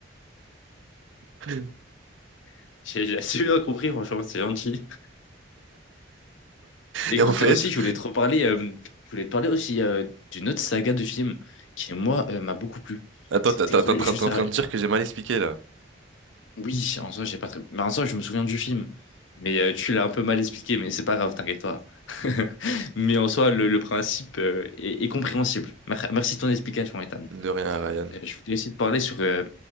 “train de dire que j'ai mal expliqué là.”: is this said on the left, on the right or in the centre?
Right